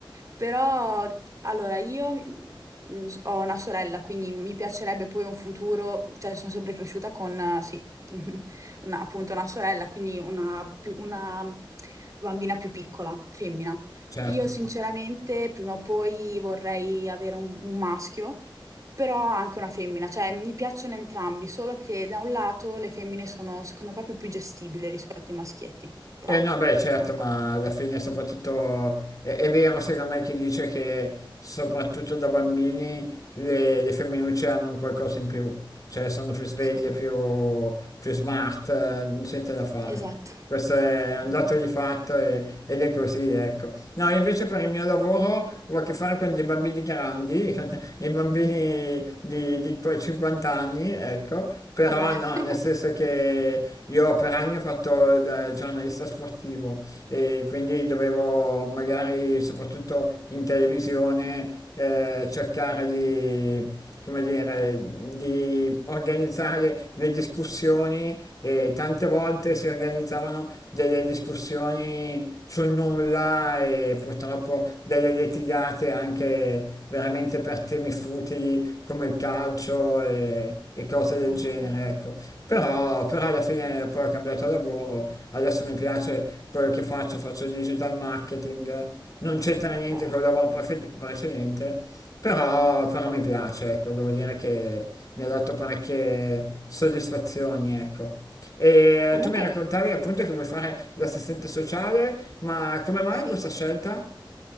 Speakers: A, on the right; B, on the left.
A: Però, allora, io mm, ho una sorella, quindi mi piacerebbe poi un futuro, cioè sono sempre cresciuta con, eh, sì, <laughs> una- appunto una sorella, quindi una, più- una bambina più piccola, femmina.
B: certo.
A: Io sinceramente prima o poi vorrei avere un un maschio però anche una femmina, cioè mi piacciono entrambi, solo che da un lato le femmine sono secondo me più, più gestibili rispetto ai maschietti, però
B: Eh no, beh, certo,
A: non lo
B: ma
A: so.
B: alla fine soprattutto è, è vero secondo me chi dice che soprattutto da bambini le, le femminucce hanno un qualcosa in più, cioè sono più sveglie,
A: Sì,
B: più, più smart, eh, non c'è niente da fare.
A: esatto,
B: Questo è
A: esatto.
B: un dato di fatto e- ed è così, ecco. No, invece per il mio lavoro ho a che fare con dei bambini grandi, <laughs> con i bambini di, di quei 50 anni, ecco, però
A: Vabbè,
B: no,
A: <laughs>
B: nel senso che io per anni ho fatto il eh, giornalista sportivo e quindi dovevo magari, soprattutto in televisione, eh, cercare di come dire, di organizzare le discussioni e tante volte si organizzavano delle discussioni sul nulla e purtroppo delle litigate anche veramente per temi futili come il calcio e, e cose del
A: Ah,
B: genere,
A: ok,
B: ecco. Però, però
A: sì, sì,
B: alla fine
A: sì.
B: poi ho cambiato lavoro, adesso mi piace quello che faccio, faccio digital marketing, non c'entra
A: ok.
B: niente col lavoro prefe- precedente, però, però mi piace, ecco, devo dire che mi ha dato parecchie soddisfazioni, ecco. E
A: Comunque,
B: tu mi raccontavi appunto che vuoi fare l'assistente sociale, ma come mai
A: sì.
B: questa scelta?